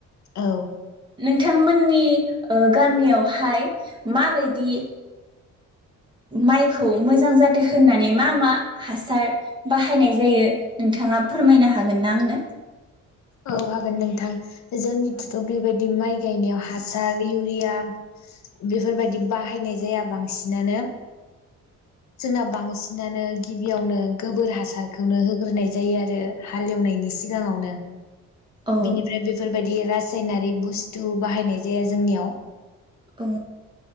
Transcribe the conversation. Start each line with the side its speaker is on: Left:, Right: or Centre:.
Left: औ।
Right: नोंथांमोननि ओ गामियावहाय माबायदि माइखौ मोजां जाथो होननानै मा मा हासार बाहायनाय जायो नोंथाङा फोरमायनो हागोन ना आंनो?
Left: औ हागोन नोंथां जोंनिथ'थ' बेबायदि माइ गायनायाव हासार इउरिया बेफोरबायदि बाहायनाय जाया बांसिनानो। जोंना बांसिनानो गिबियावनो गोबोर हासारखौनो होग्रोनाय जायो आरो हालेवनायनि सिगाङावनो।
Right: औ
Left: बिनिफ्राय बेफोरबायदि राज रासायनारि बुस्थु बाहायनाय जाया जोंनियाव।
Right: औ